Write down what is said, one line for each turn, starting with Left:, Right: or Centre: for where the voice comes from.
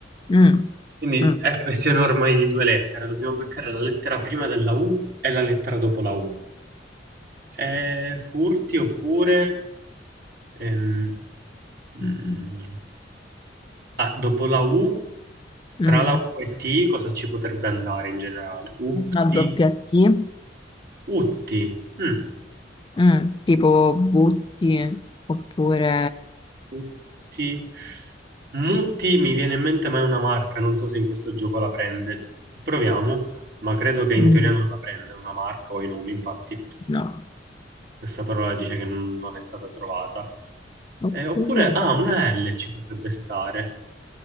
Left: Mm.
Right: Quindi
Left: Mm.
Right: è questione ormai di due lettere. Dobbiamo beccare la lettera prima della U e la lettera dopo la U. Eh, furti oppure... ehm, mm,
Left: Mm.
Right: ah, dopo la U,
Left: Mm.
Right: tra la U e T, cosa ci potrebbe andare in generale? Upti,
Left: Una doppia T,
Right: utti. Mm.
Left: Mm. Tipo butti, oppure
Right: Mutti. Mutti mi viene in mente, ma è una marca. Non so se in questo gioco la prende. Proviamo, ma credo che in
Left: mm,
Right: teoria non la prenda una marca o i nomi, infatti.
Left: no,
Right: Questa parola dice che non non è stata trovata.
Left: oppure
Right: Eh, oppure, ah, una L ci potrebbe stare.